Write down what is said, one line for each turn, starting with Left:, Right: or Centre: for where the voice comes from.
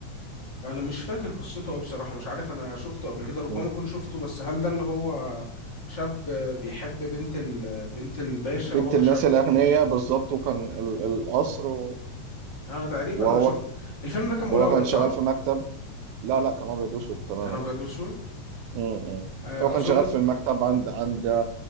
Left: انا مش فاكر قصته قوي بصراحه مش عارف انا شفته قبل كده ربما
Right: اه
Left: اكون شفته بس هل ده اللي هو شاب بيحب بنت ال... بنت الباشا
Right: بنت
Left: وهو
Right: الناس
Left: شاب
Right: الأغنياء بالظبط وكان ال- القصر و-
Left: اه تقريبا
Right: وهو
Left: انا شفت الفيلم ده كان
Right: وهو
Left: ملون
Right: كان شغال
Left: صح
Right: في مكتب لا لا كان ابيض واسود تماما
Left: كان ابيض واسود
Right: امم
Left: آه،
Right: هو كان
Left: اظن
Right: شغال في المكتب عند عند